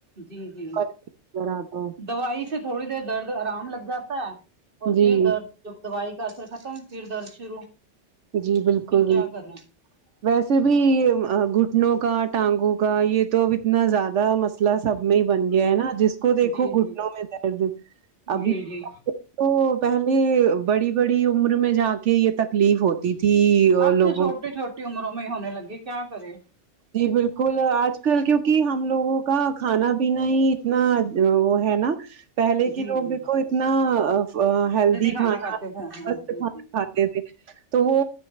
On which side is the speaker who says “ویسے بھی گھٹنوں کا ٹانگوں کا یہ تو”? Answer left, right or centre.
Right